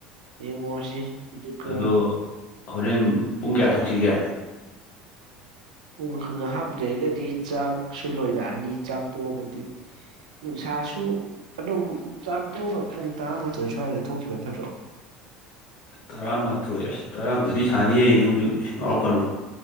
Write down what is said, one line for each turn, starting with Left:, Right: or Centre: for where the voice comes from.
Right: ꯌꯦꯡꯉꯣꯔ꯭ꯁꯤ ꯑꯗꯨꯒ
Left: ꯑꯗꯣ ꯍꯣꯔꯦꯟ ꯄꯨꯡ ꯀꯌꯥ ꯊꯣꯛꯁꯤꯒꯦ
Right: ꯄꯨꯡ ꯉꯥꯍꯥꯛ ꯂꯩꯔꯒꯗꯤ ꯆꯥꯛꯁꯨ ꯂꯣꯏꯔꯛꯑꯅꯤ ꯆꯥꯛ ꯇꯣꯛꯑꯕꯗꯤ ꯅꯨꯡꯁꯥꯁꯨ ꯑꯗꯨꯝ ꯆꯥꯛ ꯇꯣꯛꯑꯒ ꯄꯨꯡ ꯇꯔꯥꯃꯥꯊꯣꯏ ꯁ꯭ꯋꯥꯏꯗ ꯊꯣꯛꯈꯤꯕꯅ ꯐꯠꯇ꯭ꯔꯣ
Left: ꯇꯔꯥꯃꯥꯊꯣꯏ ꯑꯁ ꯇꯔꯥꯃꯥꯊꯣꯏꯗꯤ ꯁꯥꯅꯤꯌꯦ ꯅꯪꯁꯨ ꯉꯥꯎꯔꯛꯀꯅꯨ